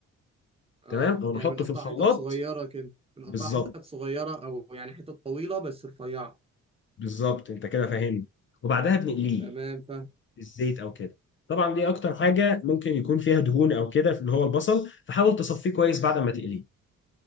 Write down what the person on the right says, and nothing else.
اه
يعني بنقطع
حتت صغيرة كده بنقطع
حتت صغيرة او يعني حتت طويلة بس رفيعة
تمام فاهم